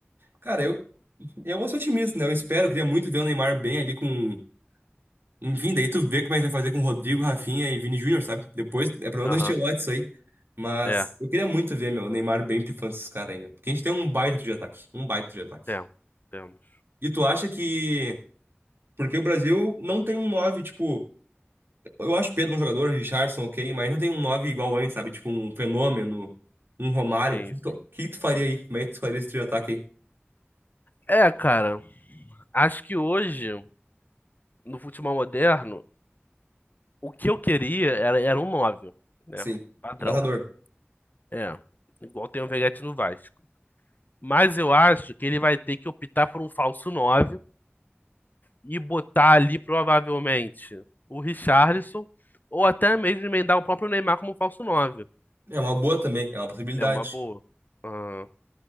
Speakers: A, on the right (about 60°); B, on the left (about 45°).
A: Cara, eu, eu vou ser otimista, né? Eu espero, eu queria muito ver o Neymar bem ali com Enfim, daí tu vê como é que vai fazer com Rodrigo, Rafinha e Vini Júnior, sabe? Depois é problema
B: Aham,
A: do Ancelotti isso aí. Mas
B: é,
A: eu queria muito ver, meu, o Neymar bem pifando esses caras aí, meu. Porque a gente tem um baita de ataque. Um baita de ataque.
B: temos, temos.
A: E tu acha que. Porque o Brasil não tem um 9 tipo. Eu acho Pedro um jogador, Richarlison, ok, mas não tem um 9 igual antes, sabe? Tipo, um Fenômeno, um Romário.
B: Sim,
A: O que
B: sim.
A: tu, que tu faria aí? Como é que tu faria esse trio de ataque aí?
B: É, cara, acho que hoje, no futebol moderno, o que eu queria era, era um nove né?
A: Sim.
B: Padrão.
A: Um matador.
B: É. Igual tem o Veguete no Vasco. Mas eu acho que ele vai ter que optar por um falso 9 e botar ali provavelmente o Richarlison ou até mesmo emendar o próprio Neymar como falso nove
A: É uma boa também, é uma possibilidade.
B: É uma boa. Aham.